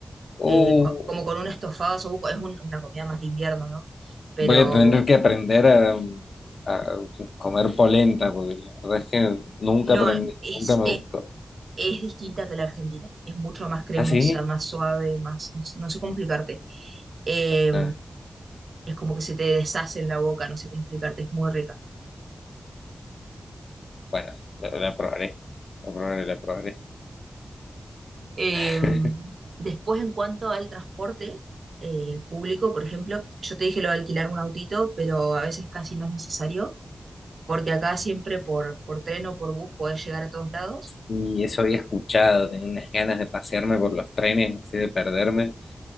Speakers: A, on the left (about 80°); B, on the right (about 70°).
A: Uh,
B: eh, co- como con un estofado de osobuco, es un- una comida más de invierno, ¿no? Pero
A: voy a tener que aprender a, a comer polenta, porque la verdad es que nunca
B: no,
A: aprendí,
B: es,
A: nunca me
B: e-
A: gustó.
B: es, distinta que la Argentina, es mucho más cremosa,
A: ¿Ah, sí?
B: más suave, más, no, sé no sé cómo explicarte. Eh,
A: Ah,
B: es como que se te deshace en la boca, no sé cómo explicarte, es muy rica.
A: bueno, la, la probaré. La probaré, la probaré.
B: Eh,
A: <laughs>
B: después, en cuanto al transporte, eh, público, por ejemplo, yo te dije lo de alquilar un autito, pero a veces casi no es necesario porque acá siempre por, por tren o por bus podés llegar a todos lados.
A: Y eso había escuchado, tengo unas ganas de pasearme por los trenes, así de perderme.